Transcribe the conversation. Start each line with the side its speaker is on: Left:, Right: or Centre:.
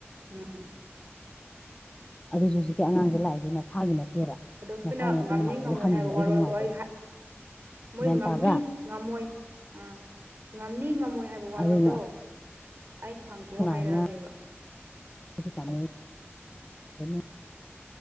Right: ꯎꯝ
Left: ꯑꯗꯨꯁꯨ ꯍꯧꯖꯤꯛꯀꯤ ꯑꯉꯥꯡꯁꯦ ꯂꯥꯛꯏꯁꯦ ꯃꯁꯥꯒꯤ ꯅꯠꯇꯦꯕ
Right: ꯑꯗꯨ ꯃꯣꯏꯅ
Left: ꯃꯁꯥꯒꯤ ꯅꯠꯇꯦ
Right: ꯉꯝꯅꯤ
Left: ꯃꯃꯥꯟꯅꯕꯒꯤ
Right: ꯉꯝꯃꯣꯏ
Left: ꯍꯪꯉꯤꯅꯦ
Right: ꯍꯥꯏꯕ
Left: ꯑꯩꯒꯤ
Right: ꯋꯥꯔꯣꯜꯗꯣ
Left: ꯅꯨꯡꯉꯥꯏꯇꯕꯗꯒꯤ
Right: ꯑꯩ ꯃꯣꯏ
Left: ꯒ꯭ꯌꯥꯟ
Right: ꯉꯝꯅꯤ
Left: ꯇꯥꯕ꯭ꯔꯥ
Right: ꯉꯝꯃꯣꯏ ꯑꯥ ꯉꯝꯅꯤ ꯉꯝꯃꯣꯏ ꯍꯥꯏꯕ ꯋꯥꯔꯣꯜꯗꯣ
Left: ꯑꯗꯨꯅ
Right: ꯑꯩ ꯍꯪꯇꯣꯛꯑ
Left: ꯑꯩꯈꯣꯏ ꯃꯥꯅ
Right: ꯍꯥꯏꯔꯛꯑꯒꯦꯕ
Left: <unintelligible>